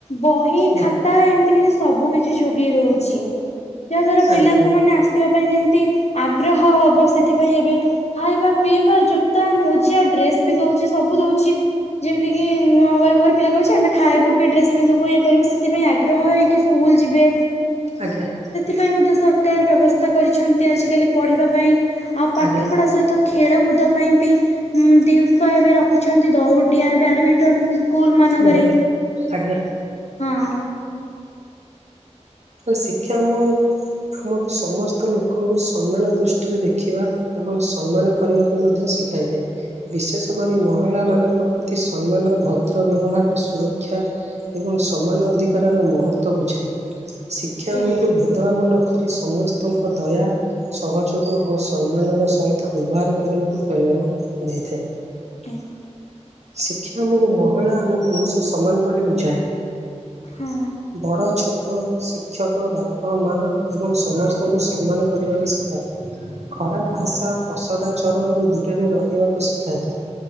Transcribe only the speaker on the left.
ବହି,
ଖାତା ଏମିତି କି ସବୁ କିଛି ଯୋଗେଇ ଦଉଛି। ଯାହା ଦ୍ୱାରା ପିଲାଙ୍କୁ,
ମାନେ ଆସିବା ପାଇଁ ଯେମିତି ଆଗ୍ରହ ହବ ସେ ଏଥିପାଇଁ ଏବେ, ଖାଇବା, ପିଇବା, ଜୋତା, ମୋଜା ଡ୍ରେସ ବି ଦଉଛି। ସବୁ ଦଉଛି। ଯେମିତି କି ଗରିବ ଘର ପିଲା କହୁଛି, ଆମେ ଖାଇବୁ କି ଡ୍ରେସ ପିନ୍ଧିବୁ ଏ କରିବୁ, ସେଥିପାଇଁ ଆଗ୍ରହ ହେଇକ ସ୍କୁଲ ସ୍କୁଲ ଯିବେ।
ସେଥିପାଇଁ ମଧ୍ୟ ସରକାର ବ୍ୟବସ୍ଥା କରିଛନ୍ତି, ଆଜିକାଲି ପଢିବା ପାଇଁ। ଆଉ ପାଠ
ପଢା ସହିତ ଖେଳ କୁଦ ପାଇଁ ବି ଦିନିଷ ଏବେ ରଖିଛନ୍ତି। ଦଉଡିଆ, ବ୍ୟାଡମିଣ୍ଟନ ସ୍କୁଲ ମାନଙ୍କରେ,
ହଁ।
ଆଜ୍ଞା
ଆଜ୍ଞା।
ହଁ